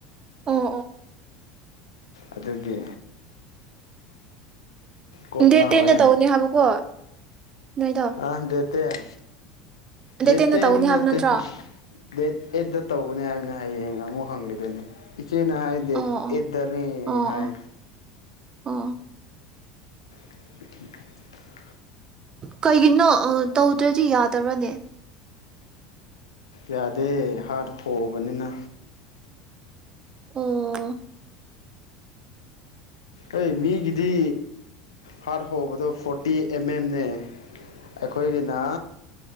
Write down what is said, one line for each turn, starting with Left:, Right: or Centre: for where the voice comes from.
Right: ꯑꯣ ꯑꯣ
Left: ꯑꯗꯨꯒꯤ ꯀꯣꯛ
Right: ꯗꯦꯠ
Left: ꯉꯥꯎꯋꯦ
Right: ꯇꯦꯟꯅ ꯇꯧꯒꯅꯤ ꯍꯥꯏꯕꯀꯣ ꯅꯣꯏꯗꯣ
Left: ꯑꯥ ꯗꯦꯠ ꯇꯦꯟ ꯗꯦꯠ
Right: ꯇꯦꯟꯗ
Left: ꯇꯦꯟ
Right: ꯇꯧꯅꯤ
Left: ꯅꯠꯇꯦ
Right: ꯍꯥꯏꯕ ꯅꯠꯇ꯭ꯔꯣ
Left: ꯑꯦꯗ ꯑꯩꯗ ꯇꯧꯒꯅꯤ ꯍꯥꯏꯅ ꯍꯌꯦꯡ ꯑꯃꯨꯛ ꯍꯪꯂꯤꯗꯨꯣꯏꯅꯤ ꯆꯦꯅ ꯍꯥꯏ ꯗꯦꯠ
Right: ꯑꯣ
Left: ꯑꯩꯗꯅꯤ
Right: ꯑꯣ ꯑꯣ
Left: ꯍꯥꯏ
Right: ꯑꯣ ꯑꯣ
Left: <inaudible>
Right: ꯀꯩꯒꯤꯅꯣ ꯇꯧꯗ꯭ꯔꯗꯤ ꯌꯥꯗꯕ꯭ꯔꯅꯦ
Left: ꯌꯥꯗꯦ ꯍꯥꯔꯠ ꯍꯣꯑꯕꯅꯤꯅ
Right: ꯑꯣ
Left: ꯑꯩ ꯃꯤꯒꯤꯗꯤ ꯍꯥꯔꯠ ꯍꯣꯕꯗꯣ ꯐꯣꯔꯇꯤ ꯑꯦꯝ ꯑꯦꯝꯅꯦ ꯑꯩꯈꯣꯏꯒꯤꯅ